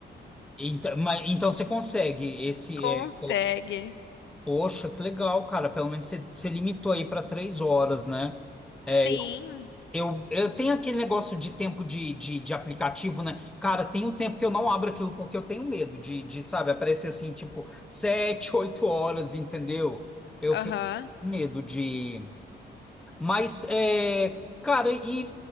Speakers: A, in the centre; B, on the left.
A: Então, mas, então você consegue esse.
B: Consegue.
A: É, Poxa, que legal, cara. Pelo menos você você limitou aí para três horas, né? É,
B: Sim,
A: Eu, eu tenho aquele negócio de tempo de, de, de aplicativo, né? Cara, tem um tempo que eu não abro aquilo porque eu tenho medo de, de, sabe, aparecer assim, tipo, sete, oito horas, entendeu? Eu
B: aham.
A: fico com medo de. Mas, é, cara, e,